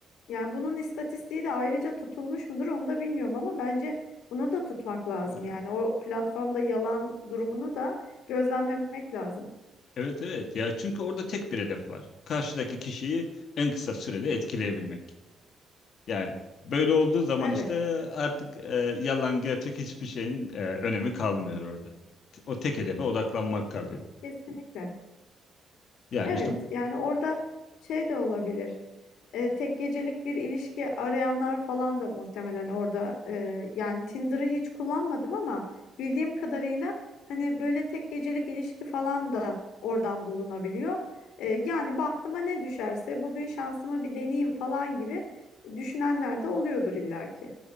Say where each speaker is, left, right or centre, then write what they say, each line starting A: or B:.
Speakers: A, on the left; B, on the left.
A: Yani bunun istatistiği de ayrıca tutulmuş mudur onu da bilmiyorum ama bence bunu da tutmak lazım.
B: Hı.
A: Yani o platformda yalan durumunu da gözlemlemek lazım.
B: Evet evet ya çünkü orada tek bir hedef var. Karşıdaki kişiyi en kısa sürede etkileyebilmek. Yani böyle olduğu zaman
A: Evet,
B: işte artık e, yalan gerçek hiçbir şeyin e, önemi kalmıyor orada. T- O tek hedefe odaklanmak kalıyor.
A: kesinlikle.
B: Yani
A: Evet,
B: işte
A: yani orada şey de olabilir. e, tek gecelik bir ilişki arayanlar falan da muhtemelen orada e, yani Tinder'ı hiç kullanmadım ama bildiğim kadarıyla hani böyle tek gecelik ilişki falan da oradan bulunabiliyor. E, yani bahtıma ne düşerse bugün şansımı bir deneyeyim falan gibi düşünenler de oluyordur illaki.